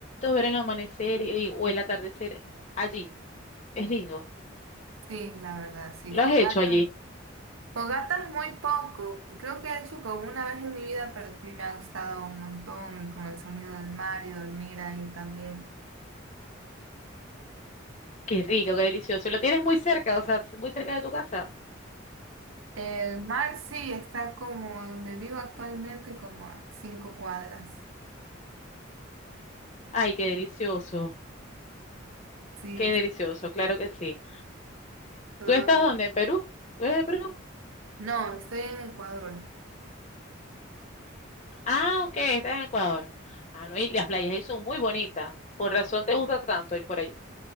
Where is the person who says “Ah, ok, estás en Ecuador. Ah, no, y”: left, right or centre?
Left